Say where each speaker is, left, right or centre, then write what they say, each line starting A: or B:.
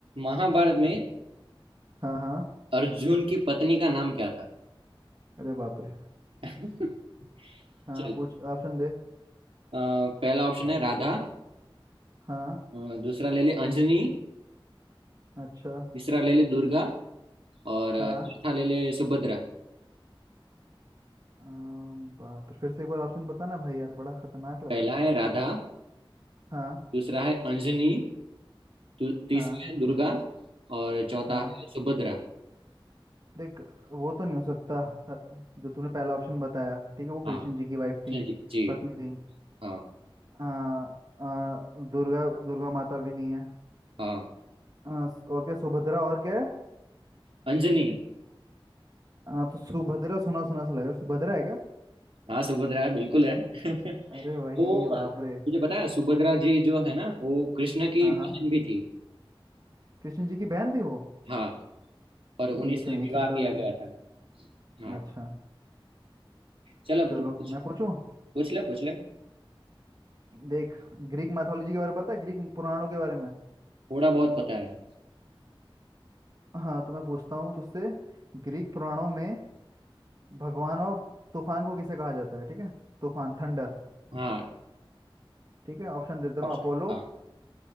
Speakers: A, on the right (about 80°); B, on the right (about 45°).
A: महाभारत में
B: हाँ हाँ
A: अर्जुन की पत्नी का नाम क्या था
B: अरे बाप रे
A: <laughs>
B: हाँ
A: चल
B: पूछ ऑप्शन दे
A: अ, पहला ऑप्शन है राधा
B: हाँ
A: अ, दूसरा ले ले अंजनी
B: अच्छा
A: तीसरा ले ले दुर्गा और अ,
B: हाँ
A: चौथा ले ले सुभद्रा
B: अम, बाप रे फिर से एक बार ऑप्शन बताना भाई यार बड़ा खतरनाक लग
A: पहला
B: रहा है
A: है राधा
B: हाँ
A: दूसरा है अंजनी तु- तीसरा
B: हाँ
A: है दुर्गा और चौथा
B: हाँ
A: है सुभद्रा
B: देख वो तो नहीं हो सकता ह- जो तूने पहला ऑप्शन बताया ठीक है वो कृष्ण
A: हाँ
B: जी की वाइफ थी
A: जी जी जी,
B: पत्नी थी
A: हाँ
B: आ, आ, दुर्गा दुर्गा माता भी नहीं है
A: हाँ
B: आ, स- और क्या सुभद्रा और क्या है
A: अंजनी
B: आ, तो सुभद्रा सुना सुना सा लग रहा है सुभद्रा है क्या
A: हाँ सुभद्रा है बिल्कुल है <laughs>
B: अरे वही
A: वो अ,
B: बाप रे
A: मुझे पता है सुभद्रा जी जो है ना वो कृष्ण की
B: हाँ
A: बहन
B: हाँ
A: भी थी
B: कृष्ण जी की बहन थी वो
A: हाँ और उन्हीं
B: अरे ये
A: से
B: तो नई
A: विवाह
B: चीज पता
A: किया
B: चली
A: गया था हाँ
B: अच्छा
A: चल अब
B: चलो
A: तू पूछ।
B: मैं पूछूं
A: पूछ ले पूछ ले
B: देख ग्रीक मैथोलॉजी के बारे में पता है ग्रीक पुराणों के बारे में
A: थोड़ा बहुत पता है
B: हाँ तो मैं पूछता हूँ तुझसे ग्रीक पुराणों में भगवान ऑफ तूफान को किसे कहा जाता है ठीक है तूफान थंडर
A: हाँ
B: ठीक है ऑप्शन देता
A: ऑप्शन
B: हूँ अपोलो
A: हाँ